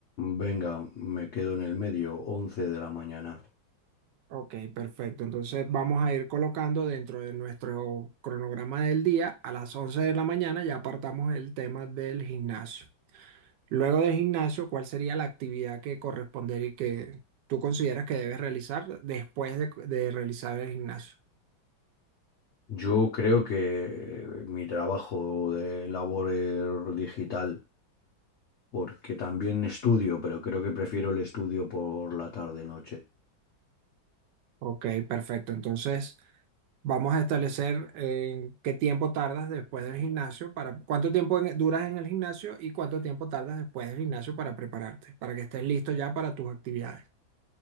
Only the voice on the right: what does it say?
Ok, perfecto. Entonces vamos a ir colocando dentro de nuestro cronograma del día, a las once de la mañana ya apartamos el tema del gimnasio. Luego del gimnasio, ¿cuál sería la actividad que correspondería y que tú consideras que debes realizar después de, de realizar el gimnasio?
Ok, perfecto. Entonces... Vamos a establecer en qué tiempo tardas después del gimnasio para cuánto tiempo en- duras en el gimnasio y cuánto tiempo tardas después del gimnasio para prepararte, para que estés listo ya para tus actividades.